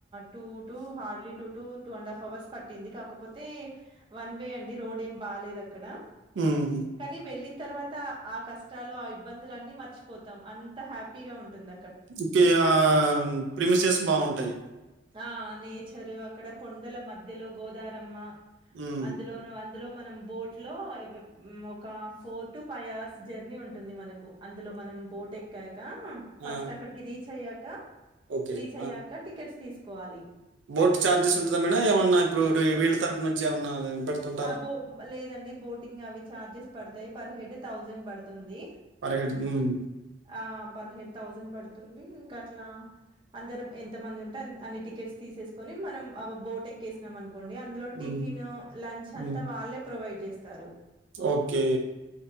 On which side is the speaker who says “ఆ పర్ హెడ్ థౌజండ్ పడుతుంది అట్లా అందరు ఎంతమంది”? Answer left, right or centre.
Right